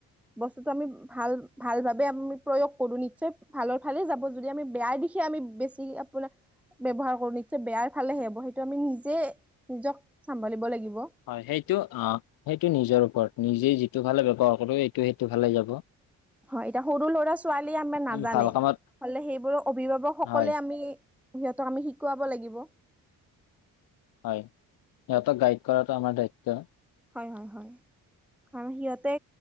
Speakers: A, in the centre; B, on the left (about 55°).
A: বস্তুটো আমি ভাল ভাল ভাৱে আমি প্ৰয়োগ কৰো নিশ্চয় ভালৰ ফালে যাব যদি আমি বেয়াই দিশ দিশে আমি বেছি আপোনাৰ ব্যৱহাৰ <unintelligible> বেয়াৰ ফালেহে হ'ব সেইটো আমি নিজে নিজক চম্ভালিব লাগিব।
B: হয় সেইটো অ' সেইটো নিজৰ ওপৰত নিজে যিটো ফালে <unintelligible> কৰিব সেইটো সেইটোৰ ফালে যাব।
A: হয় এতিয়া সৰু ল'ৰা ছোৱালীয়ে আমাৰ নাজানে
B: আমি ভাল কামত
A: হলে সেইবোৰক অভিভাৱকসকলে
B: হয়
A: আমি সিহঁতক আমি শিকোৱাব লাগিব
B: হয় সিহঁতক গাইড কৰাটো আমাৰ দায়িত্ব
A: হয় হয় হয় কাৰণ সিহঁতে